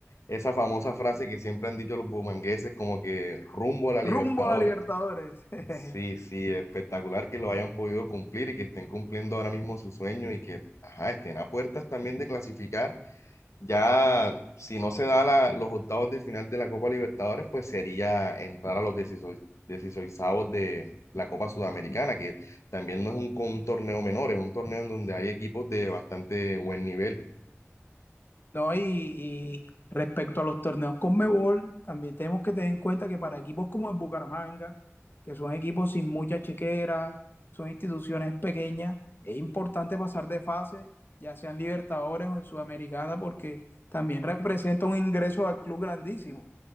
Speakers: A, on the left (about 80°); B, on the left (about 50°).
A: esa famosa frase que siempre han dicho los bumangueses, como que rumbo a la Libertadores.
B: Rumbo a la Libertadores. <laughs>
A: Sí, sí, espectacular que lo hayan podido cumplir y que estén cumpliendo ahora mismo su sueño y que, ajá, estén a puertas también de clasificar Ya, si no se da la- los octavos de final de la Copa Libertadores, pues sería entrar a los 16, 16 de la Copa Sudamericana, que también no es un, un torneo menor, es un torneo en donde hay equipos de bastante buen nivel.
B: ¿no? Y, y respecto a los torneos Conmebol, también tenemos que tener en cuenta que para equipos como el Bucaramanga, que son equipos sin mucha chequera, son instituciones pequeñas, es importante pasar de fase, ya sean Libertadores o en Sudamericana, porque también representa un ingreso al club grandísimo